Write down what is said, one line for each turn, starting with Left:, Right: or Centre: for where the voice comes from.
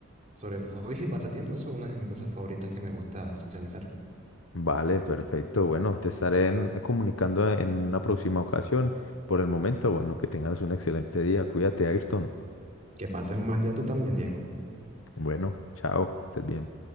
Right: Sobre hobbies y pasatiempos son una de mis cosas favoritas que me gusta socializar.
Left: Vale, perfecto. Bueno, te estaré en- comunicando en una próxima ocasión. Por el momento, bueno, que tengas un excelente día. Cuídate, Ayrton.
Right: Que pases un buen día tú también, Diego.
Left: Bueno, chao, que estés bien.